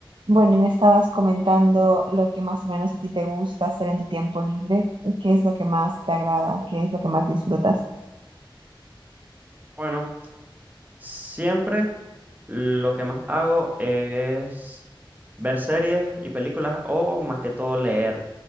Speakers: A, on the right (about 65°); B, on the right (about 20°).
A: Bueno, y me estabas comentando lo que más o menos a ti te gusta hacer en tu tiempo libre, qué es lo que más te agrada, qué es lo que más disfrutas.
B: Bueno, siempre lo que más hago es ver series y películas o más que todo leer